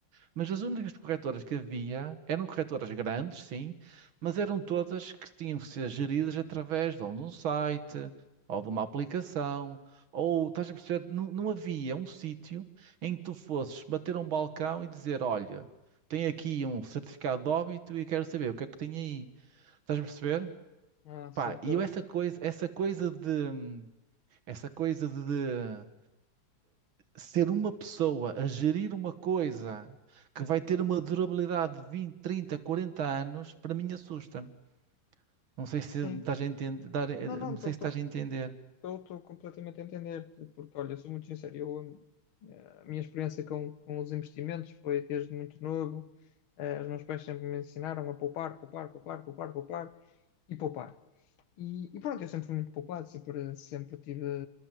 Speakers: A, on the right; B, on the left.
A: Mas as únicas corretoras que havia eram corretoras grandes, sim, mas eram todas que tinham que ser geridas através de ou de um site, ou de uma aplicação, ou estás a perceber, não, não havia um sítio em que tu fosses bater um balcão e dizer, olha, tenho aqui um certificado de óbito e quero saber o que é que tem aí. Estás a perceber?
B: Ah, sim,
A: Pá,
B: estou.
A: e eu essa coisa, essa coisa de, essa coisa de, ser uma pessoa a gerir uma coisa que vai ter uma durabilidade de 20, 30, 40 anos, para mim assusta-me. Não sei se
B: Sim.
A: me estás a entender, dar- eh,
B: Não, não,
A: não
B: estou.
A: sei se estás a entender.
B: Estou completamente a entender, porque olha, sou muito sincero, eu, eh, a minha experiência com, com os investimentos foi desde muito novo. Eh, os meus pais sempre me ensinaram a poupar, poupar, poupar, poupar, poupar e poupar. E, e pronto, eu sempre fui muito poupado, sempre, sempre tive,